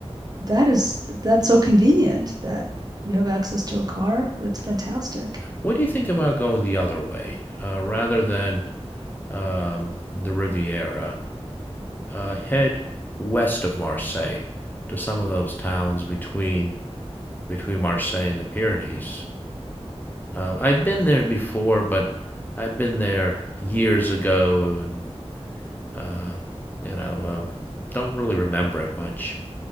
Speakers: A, on the right (about 35°); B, on the left (about 15°).
A: that is that's so convenient that you have access to a car. That's fantastic.
B: What do you think about going the other way? Uh, rather than um, the Riviera, uh, head west of Marseille to some of those towns between between Marseille and the Pyrenees, Um, I've been there before, but I've been there years ago, and um, you know, um, don't really remember it much.